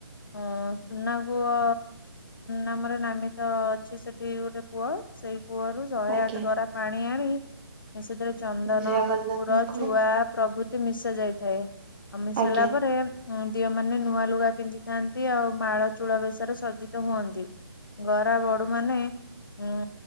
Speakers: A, on the left; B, on the right.
A: ଅ ସୁନା କୂଅ ନାମରେ ନାମିତ ଅଛି ସେଠି ଗୋଟେ କୂଅ ସେଇ କୂଅରୁ ଶହେ
B: ଆଜ୍ଞା
A: ଆଠ ଗରା ପାଣି ଆଣି, ସେଥିରେ ଚନ୍ଦନ
B: ଜଗନ୍ନାଥଙ୍କୁ
A: କର୍ପୁର ଚୁଆ ପ୍ରଭୃତି ମିଶା ଯାଇଥାଏ, ଆଉ ମିଶାଇଲା
B: ଆଜ୍ଞା
A: ପରେ ଦିଅ ମାନେ ନୂଆ ଲୁଗା ପିନ୍ଧିଥାନ୍ତି, ଆଉ ମାଳ ଚୂଳ ବେଶରେ ସଜିତ ହୁଅନ୍ତି। ଗରା ବଡୁ ମାନେ ଉଁ